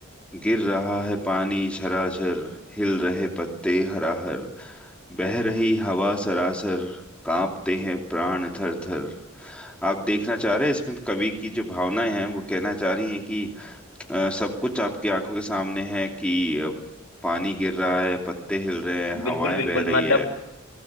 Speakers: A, in the centre; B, on the left.
A: गिर रहा है पानी झराझर हिल रहे पत्ते हराहर बह रही हवा सरासर कांपते हैं प्राण थर थर आप देखना चाह रहे हैं इसमें कवि की जो भावनाएं हैं वो कहना चाह रही हैं कि अ, सब कुछ आपकी आंखों के सामने है कि अ, पानी गिर रहा है पत्ते हिल रहे हैं
B: बिल्कुल
A: हवाएं
B: बिल्कुल
A: बह रही
B: मतलब
A: है